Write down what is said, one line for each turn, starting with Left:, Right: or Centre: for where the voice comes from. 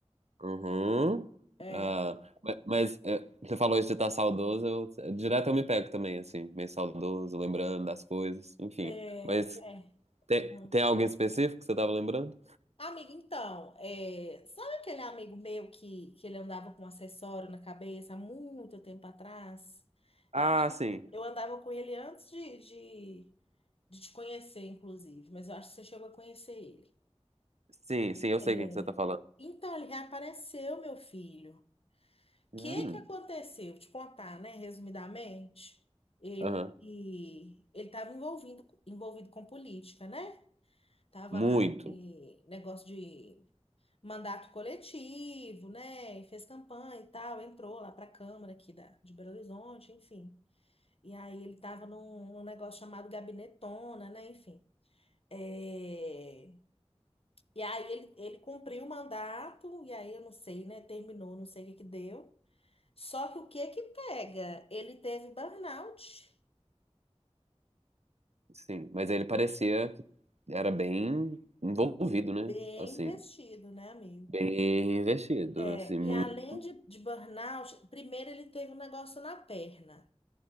Right: Uhum.
Left: É,
Right: Ah, ma- mas é, você falou isso de estar saudoso, eu, direto eu me pego também, assim, meio saudoso, lembrando das coisas, enfim.
Left: é,
Right: Mas
Left: é.
Right: tem,
Left: Hum.
Right: tem alguém específico que você tava lembrando?
Left: Amigo, então, é, sabe aquele amigo meu que, que ele andava com um acessório na cabeça há muito tempo atrás? Eu
Right: Ah,
Left: acho que
Right: sim.
Left: eu andava com ele antes de, de de te conhecer, inclusive, mas eu acho que você chegou a conhecer ele.
Right: Sim, sim, eu sei
Left: É,
Right: quem que você tá falando.
Left: Então, ele reapareceu, meu filho. O
Right: Hum,
Left: que que aconteceu? Vou te contar, né? Resumidamente, ele
Right: aham.
Left: e- ele estava envolvido, envolvido com política, né? Tava
Right: Muito,
Left: lá em negócio de mandato coletivo, né? E fez campanha e tal, entrou lá para a Câmara aqui da, de Belo Horizonte, enfim. E aí ele estava num, num negócio chamado Gabinetona, né? Enfim. É, E aí ele, ele cumpriu o mandato, e aí eu não sei, né? Terminou, não sei o que que deu. Só que o que que pega? Ele teve burnout.
Right: sim. Mas ele parecia que era bem envolvido, né?
Left: Bem
Right: Assim.
Left: investido, né, amigo?
Right: Bem investido,
Left: É,
Right: assim, muito.
Left: e além de, de burnout, primeiro ele teve um negócio na perna.